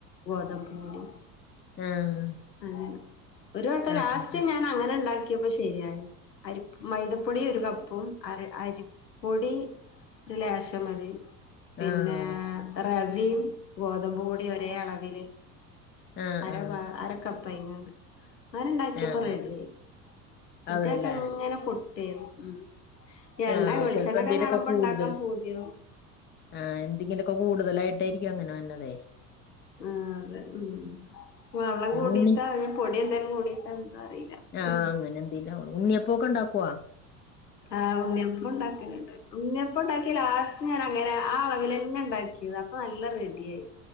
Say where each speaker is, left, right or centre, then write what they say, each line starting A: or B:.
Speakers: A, on the left (about 80°); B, on the left (about 20°).
A: ഗോതമ്പുപൊടി
B: ആഹ്
A: ആഹ് ഒരു വട്ടം
B: ആഹ്
A: ലാസ്റ്റ് ഞാൻ അങ്ങനെ ഉണ്ടാക്കി ക്കിയപ്പോ ശരിയ അരി മൈദപ്പൊടി ഒരു കപ്പും അര അരിപ്പൊടി ഒരു ലേശം മതി- പിന്നെ
B: ആഹ്
A: റവയും ഗോതമ്പ് പൊടിയും ഒരേ അളവില്
B: ആഹ്
A: അര
B: ആഹ്
A: ബാ അരക്കപ്പ് ഇങ്ങാണ്ട് ആരിണ്ടാക്കിയപ്പോ
B: ആഹ്
A: റെഡി
B: ആഹ്
A: ആയി മറ്റേത്
B: അതെല്ലേ
A: ഒക്കെ അങ്ങനെ പൊട്ടിയേനെ ഉം എണ്ണ
B: ആഹ്
A: വെളിച്ചെണ്ണ
B: ചെലപ്പോ എന്തേലൊക്കെ
A: ഒക്കെ കാണുമ്പോ
B: കൂടുതൽ
A: ഇണ്ടാക്കാൻ പൂതിയാവും.
B: ആഹ് എന്തെങ്കിലും ഒക്കെ കൂടുതല് ആയിട്ട് ആയിരിക്കും അങ്ങനെ വന്നതെ
A: ആഹ് അതെ ഉം വെള്ളം കൂടിട്ടാ
B: ഉണ്ണി
A: അ പൊടി എന്തേലും കൂടിട്ടാ എന്താ അറിയില്ല
B: ആഹ്
A: ഉം
B: അങ്ങനെ എന്തേലും അവൊള്ളൂ ഉണ്ണി അപ്പം ഒക്കെ ഉണ്ടാക്കുവ?
A: ആഹ് ഉണ്ണിയപ്പം ഉണ്ടാക്കലണ്ട് ഉണ്ണിയപ്പം ഒണ്ടാക്കി ലാസ്റ്റ് ഞാൻ അങ്ങനെ ആഹ് അളവിൽ അന്നെ ഒണ്ടാക്കി അപ്പൊ നല്ല റെഡിയായി